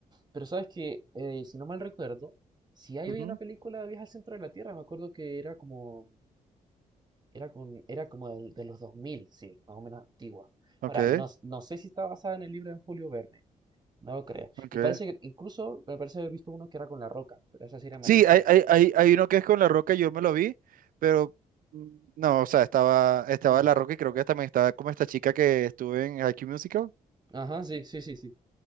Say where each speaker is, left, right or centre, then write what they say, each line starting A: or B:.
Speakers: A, on the right; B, on the right.
A: Pero sabes que, eh, si no mal recuerdo, si hay
B: Ujú.
A: hoy una película de Viaje al Centro de la Tierra, me acuerdo que era como Era, con, era como del- de, los 2000 sí, más o menos antigua.
B: Ok,
A: Ahora, no, no sé si está basada en el libro de Julio Verne, no lo creo.
B: ok.
A: Y parece que incluso me parece haber visto uno que era con La Roca, pero esa sí era malísima.
B: Sí, hay, hay, hay, hay uno que es con La Roca, yo me lo vi, pero mm, no, o sea, estaba, estaba
A: Mm.
B: La Roca y creo que también estaba como esta chica que estuve en High School Musical,
A: Ajá, sí, sí, sí, sí.